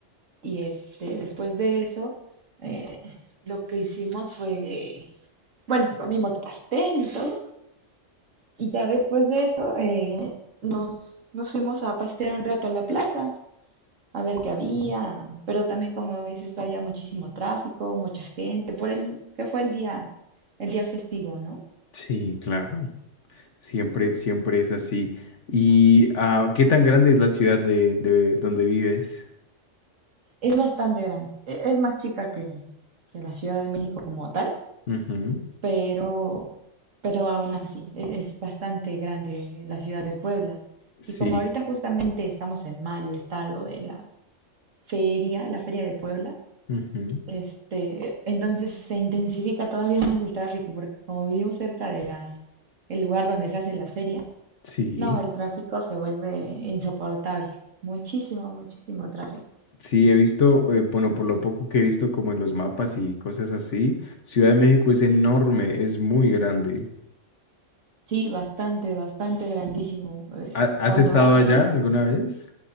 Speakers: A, on the right; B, on the left.
A: Y este, después de eso, eh, lo que hicimos fue, bueno, comimos pastel y todo, Y ya después de eso eh, nos, nos fuimos a pasear un rato a la plaza, a ver qué había,
B: Ujú.
A: pero también como dices tú, había muchísimo tráfico, mucha gente, por el que fue el día, el día festivo, ¿no?
B: Sí, claro. Siempre, siempre es así. ¿Y ah, qué tan grande es la ciudad de, de donde vives?
A: Es bastante grande, e- es más chica que, que la Ciudad de México como tal,
B: Ujú,
A: pero, pero aún así, e- es bastante grande la ciudad de Puebla.
B: Sí,
A: Y como ahorita justamente estamos en mayo, está lo de la feria, la feria de Puebla
B: ujú,
A: Este, entonces se intensifica todavía más el tráfico, porque como vivimos cerca de la, el lugar donde se hace la feria,
B: Sí.
A: no, el tráfico se vuelve insoportable. Muchísimo, muchísimo tráfico.
B: Sí, he visto, eh, bueno, por lo poco que he visto como en los mapas y cosas así, Ciudad de México es enorme, es muy grande.
A: Sí, bastante, bastante grandísimo. eh,
B: ¿Ha- ¿Has
A: cuando
B: estado
A: vas
B: allá
A: allá.
B: alguna vez?